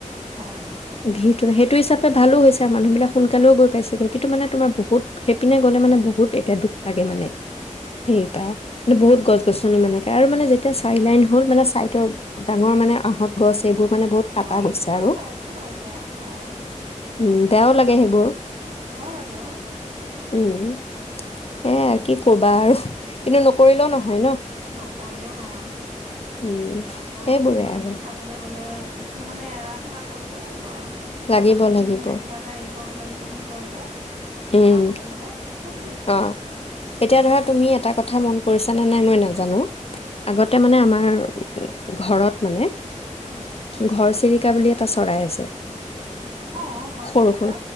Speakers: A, on the right; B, on the left.
A: নাই নাই।
B: ভিৰটোনে সেইটো হিচাপে ভালো হৈছে আৰু মানুহবিলাক সোনকালেও গৈ পাইছেগৈ কিন্তু মানে তোমাৰ বহুত সেইপিনে গলে মানে বহুত এতিয়া দুখ লাগে মানে। সেইপা
A: উম উম
B: বহুত গছ গছনি মানে- মানে যেতিয়া চাৰি লাইন হ'ল মানে চাইডৰ ডাঙৰ মানে আহঁত গছ এইবোৰ মানে বহুত কাটা
A: অ
B: গৈছে
A: একোে
B: আৰু
A: নাই একো নাই এতিয়া বা
B: উম বেয়াও লাগে সেইবোৰ
A: বেয়া লাগে অ
B: উম হে কি কবা আৰু কিন্তু নকৰিলেও নহয় ন
A: নকৰিলেও নহয়
B: উম
A: চবৰ
B: সেইবোৰে
A: উন্নয়নতটো
B: আৰু
A: চাবলৈ গ'লে কিছু মানে এৰা ধৰা কৰিবই লাগিব আৰু ত কিবা
B: লাগিব
A: এটা কৰিবলৈ
B: লাগিব
A: গ'লে কিবা এটা এৰিব লাগিব বুলি কয় যে
B: উম
A: পাবলৈ হ'লে সেইটো
B: অঁ এতিয়া ধৰা তুমি এটা কথা মন কৰিছা নে নাই মই নাজানো
A: উম
B: আগতে মানে আমাৰ ঘৰত মানে
A: উম
B: ঘৰ চিৰিকা বুলি এটা চৰাই আছে
A: অ ঘৰ
B: সৰু
A: চিৰিকা
B: সৰু